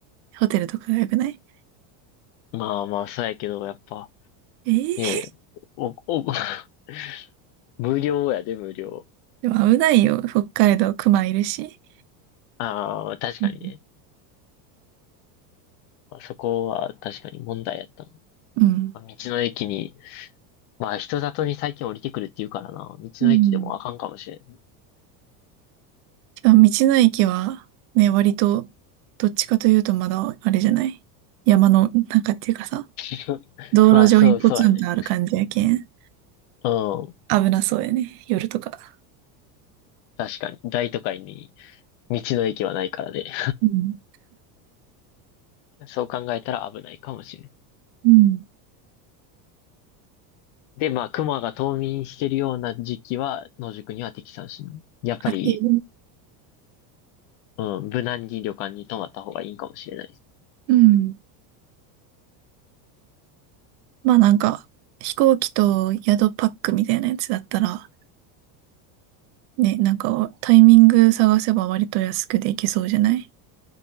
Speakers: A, on the right (about 50°); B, on the left (about 55°).
A: ホテルとかが良くない
B: ん。まあまあ、そうやけど、やっぱ、
A: ええ
B: ねえ、お、お、<laughs> 無料やで、無料。
A: <laughs> でも危ないよ。北海道、熊いるし。
B: ああ、確かにね。
A: うん。
B: まあ、そこは確かに問題やったの
A: うん。
B: まあ、道の駅に、まあ人里に最近降りてくるって言うからな。道の駅でもあかんかもしれん。
A: うんしかも道の駅は、ね、割と、どっちかというとまだ、あれじゃない山の中っていうかさ、
B: <laughs>
A: 道路上にポツンとある感じやけん。
B: まあそう、そうやね。うん。
A: 危なそうやね。夜とか。
B: 確かに。大都会に道の駅はないからで。
A: うん
B: <laughs> そう考えたら危ないかもしれん。
A: うん
B: で、まあ、熊が冬眠してるような時期は、野宿には適さんしない。やっぱり、
A: あって、
B: うん、無難に旅館に泊まった方がいいかもしれないです。
A: うん。まあなんか、飛行機と宿パックみたいなやつだったら、ね、なんかタイミング探せば割と安くで行けそうじゃない